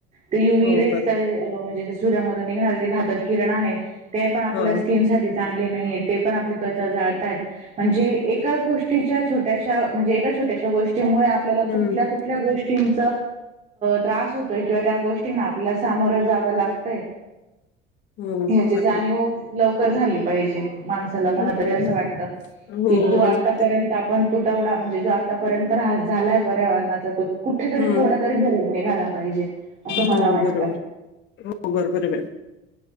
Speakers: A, on the right (about 35°); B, on the left (about 60°).
A: ते यु व
B: हो
A: रेज
B: बरोबर
A: म्हणजे सूर्यामध्ये निघणारे ते घातक किरण आहे ते पण आपल्या
B: हा
A: स्किन साठी चांगले नाही ते पण आपली त्वचा जाळताय म्हणजे एका गोष्टीच्या छोट्याशा म्हणजे एका छोट्याशा गोष्टी त्यामुळे आपल्याला
B: हम्म
A: कुठल्या कुठल्या गोष्टी गीं त्रास होतोय किंवा त्या गोष्टींना आपल्याला सामोरं जावं लागतय
B: हो
A: ह्याची
B: बरोबर
A: जाणीव लवकर झाली पाहिजे माणसाला मला
B: हम्म
A: तरी असं वाटत
B: हो
A: कि तो
B: आणि
A: आतापर्यंत
B: ते
A: आपण तुटवडा म्हणजे जो आतापर्यंत रास झालाय पर्यावरणाचा तो कुठेतरी
B: हम्म
A: थोडा तरी भरून निघाला पाहिजे असं मला
B: हो
A: वाटत
B: बरोबर हो बरोबर आहे मॅडम